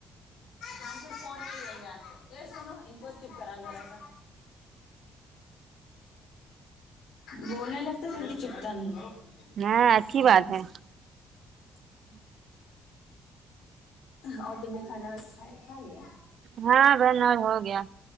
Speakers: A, on the left; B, on the right.
A: ہم پھر فون نہیں دینگے آپ کو ا سنو کو چپ کراؤ ذرا سا بونے لگتا جلدی چکتا نہیں ہوں
B: ہاں اچھی بات ہے
A: آ ہ اور تم نے کھانا وانا کھائے کھا لیا
B: ہاں بہن اب ہو گیا